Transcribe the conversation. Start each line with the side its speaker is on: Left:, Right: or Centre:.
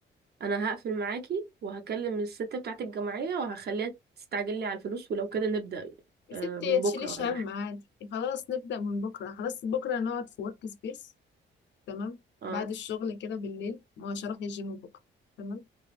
Right: انا هقفل معاكي وهكلم الست بتاعت الجمعيه وهخليها تستعجل لي على الفلوس ولو كده نبدا
Left: يا
Right: آه
Left: ستي
Right: من
Left: يا تشيليش
Right: بكره ولا
Left: هم
Right: حاجه
Left: عادي خلاص نبدأ من بكرة خلاص بكرة نقعد في ورك سبيس تمام
Right: اه
Left: بعد الشغل كده بالليل ما هوش هروح الجيم بكرة تمام